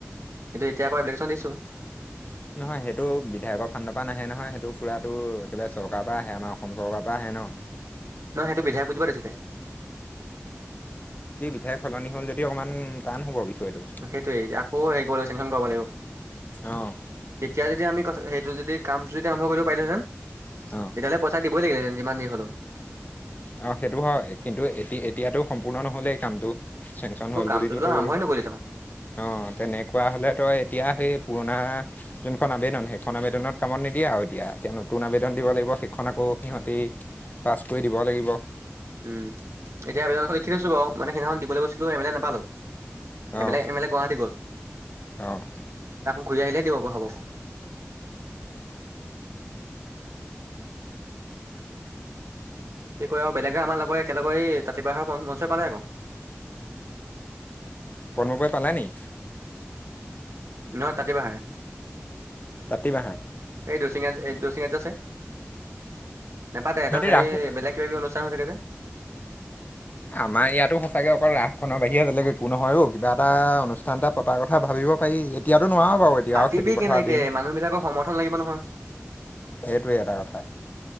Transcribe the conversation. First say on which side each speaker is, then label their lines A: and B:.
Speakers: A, on the right; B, on the left.
A: কিন্তু এতিয়া আকৌ এব্লিকেশ্যন দিছো।
B: নহয় সেইটো বিধায়কৰ ফান্দৰ পৰা নাহে নহয়, সেইটো পুৰাতো একেবাৰে চৰকাৰৰ পৰা আহে আমাৰ অসম চৰকাৰৰ পৰা আহে ন?
A: নহ সেইটো বিধায়ক বুজিব দিছিলে।
B: উহে সলনি হ'ল যদি অকণমান টান হ'ব বিষয়টো।
A: সেইটোয়ে আকৌ হেৰি কৰিব লাগ চেংশন কৰিব লাগিব।
B: অ',
A: তেতিয়া যদি আমি ক সেইটো যদি কামটো যদি আৰম্ভ কৰিব পাৰিলোঁহেঁতেন
B: অ',
A: তেতিয়াহ'লে পইচা দিবই লাগিলে হেঁতেন যিমান যি হলেও।
B: আহ সেইটো হয় কিন্তু এতি এতিয়াতো সম্পূৰ্ণ নহলেই কামটো। চেংন
A: আকৌ
B: হল
A: কামটোতো
B: বুলি তো তোৰ
A: আৰম্ভই নকৰিলি দেখোন
B: অ তেনেকুৱা হলে তই এতিয়া সেই পুৰণা যোনখন আবেদন সেইখন আবেদনত কামত নিদিয়ে আৰু এতিয়া, এতিয়া নতুন আবেদন দিব লাগিব। খন আকৌ সিহঁতি পাছ কৰি দিব লাগিব।
A: উম এতিয়া আবেদনখন লিখি থৈছো বাৰু, মানে সেইদিনাখন দিবলৈ গৈছিলো এম এল এ নাপালো। এম্
B: অ',
A: এল্ এ গুৱাহাটী গল,
B: অ',
A: ঘূৰি আহিলেই দিব প হ'ব। কি কয় আৰু বেলেগে আমাৰ লগে একেলগে তাতিপাহৰ মঞ্চ পালে আকৌ
B: পনবে পালে নি?
A: নহয় তাতে বাহে।
B: তাতীবাঁহ?
A: এই দশেঙত যে আছে। নাপাতে সেত
B: সিহঁতি
A: সেই
B: ৰাসো
A: বেলেগ কিবা কি অনুষ্ঠান হৈ থাকে যে।
B: আমাৰ ইয়াতো সঁচাকে অকল ৰাস খনৰ বাহিৰে বেলেগ একো নহয় অ, কিবা এটা অনুষ্ঠান এটা পতাৰ কথা ভাবি পাৰি, এতিয়া। নোৱাৰা বাৰু
A: পাতিবি
B: আৰু খেতি পথাৰৰ
A: কেনেকে
B: দিন
A: মানুহবলাকৰ সমৰ্থন লাগিব নহয়।
B: সেইটোৱে এটা কথা,